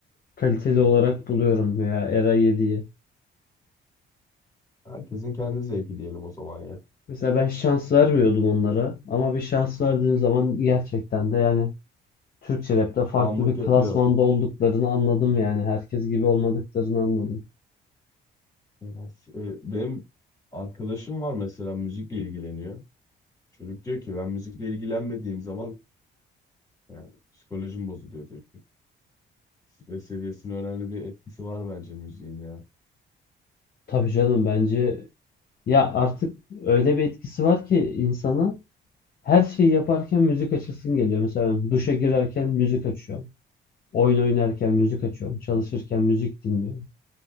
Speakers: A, on the left (about 50°); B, on the left (about 15°).
A: kaliteli olarak buluyorum veya Era 7'yi.
B: Herkesin kendi zevki diyelim o zaman ya.
A: Mesela ben şans vermiyordum onlara ama bir şans verdiğim zaman gerçekten de yani Türkçe rapte farklı
B: Bağımlılık
A: bir
B: yapıyor.
A: klasmanda olduklarını anladım yani herkes gibi olmadıklarını anladım.
B: Evet. Ee, benim arkadaşım var mesela müzikle ilgileniyor. Çocuk diyor ki ben müzikle ilgilenmediğim zaman yani psikolojim bozuluyor diyor. Stres seviyesine önemli bir etkisi var bence müziğin ya.
A: Tabii canım bence ya artık öyle bir etkisi var ki insana her şeyi yaparken müzik açasın geliyor. Mesela ben duşa girerken müzik açıyorum. Oyun oynarken müzik açıyorum. Çalışırken müzik dinliyorum.